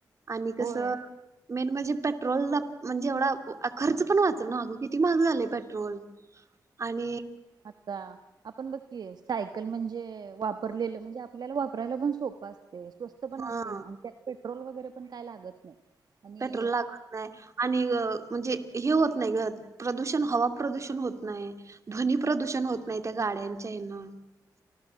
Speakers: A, on the right (about 40°); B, on the right (about 65°).
A: आणि कसं
B: होय
A: मेन म्हणजे पेट्रोलचा म्हणजे एवढा खर्च पण वाचाल ना. अगं किती महाग झाले पेट्रोल आणि
B: अच्छा. आपण बघकी सायकल म्हणजे, वापरलेलं म्हणजे आपल्याला वापरायला पण सोपं अस ते स्वस्त पण
A: हा
B: असते. आणि त्यात पेट्रोल वगैरे पण काय लागत नाही. आणि
A: पेट्रोल लागत नाही. आणि म्हणजे हे होत नाही. प्रदूषण, हवा प्रदूषण होत नाही. ध्वनी प्रदूषण होत नाही. त्या गाड्यांच्या येना